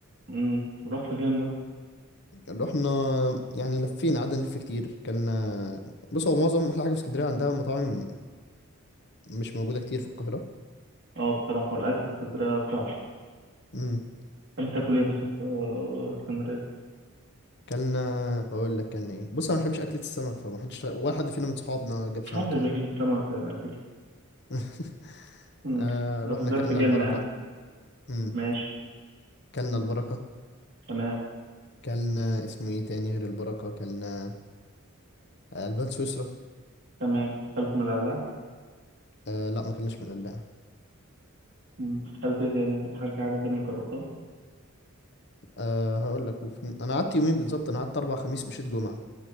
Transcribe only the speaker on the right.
امم رحت فين بقى
اه بصراحة والاكل في اسكندرية بتاع
تحب تاكل ايه مثلا في اسكندرية
محدش
بيحب السمك يعني
مم.
وزاد
في جيلنا
يعني
ماشي
تمام
تمام أكلت من القلاع
مم. أكلت إيه تاني حاجة حاجة تانية جربتها